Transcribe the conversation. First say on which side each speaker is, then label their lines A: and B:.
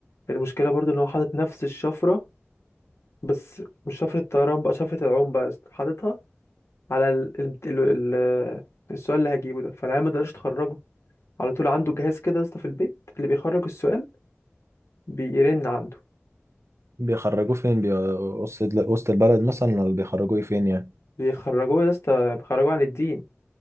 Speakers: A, on the left; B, on the right.
A: المشكله برضه ان هو حاطط نفس الشفره بس مش شفره الطيران بقى شفره العوم بقى يا اسطى. حاططها على ال... ال... ال... ال... السؤال اللي هجيبه ده فالعيال ما يقدرش تخرجه على طول عنده جهاز كده يا اسطى في البيت اللي بيخرج السؤال بيرن عنده
B: بيخرجوه فين بي... وسط وسط البلد مثلا ولا بيخرجوه فين يعني
A: بيخرجوه يا اسطى بيخرجوه عن الدين